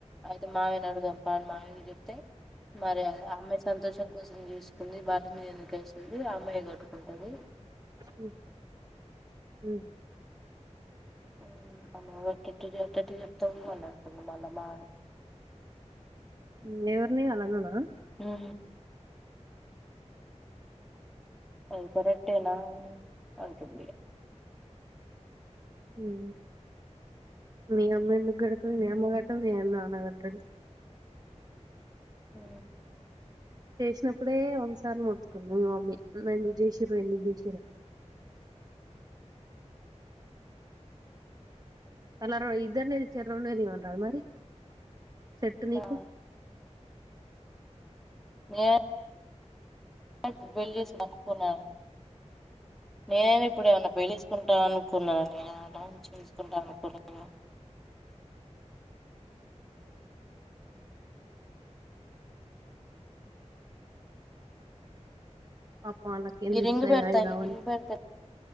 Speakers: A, in the centre; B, on the right (about 35°).
A: అయితే మయ్యను అడుగుదాం ప అని మాయనకి చెప్తే మరయాద అమ్మె సంతోషం కోసం చేసుకుంది వాని మీద ఎందుకు వేస్తుంది ఆ అమ్మాయి కట్టుకుంటుంది
B: హ్మ్ ఉ
A: ఉ మనం ఎటట్ ఎటటిటు చెప్తావు అని అంటున్నా మళ్ళ మా
B: ఉ ఎవర్ని వాళ్ల అన్నానా
A: ఉ అది కరెక్టేనా అంటుంది ఇగ
B: ఉ మీ అమ్మ ఎందుకు కడుతది మీ అమ్మ కట్టదు మీ నాన్న కట్టాడు
A: ఉ
B: చేసినప్పుడే ఒకసారి మొత్తుకుంది మా మమ్మీ ఎందుకు చేసిర్రు ఎందుకు చేసిర్రు అని అలా రో ఇద్దరినిది చరి రెండే తీయమన్నారా మరి సెట్టు నీకు
A: ఆ ఏ క బెలిస్ అనుకోలే నేనైనా ఇప్పుడు ఏమన్నా పెళ్లిసుకుంటా అనుకున్నానా చేసుకుంటాన అనుకోలేదు
B: పాపం వాళ్ళకి ఏం
A: ఇరింగ్
B: తెలుసు
A: బెర్త
B: అయి అయి కావని
A: ఇరింగ్ బెర్తది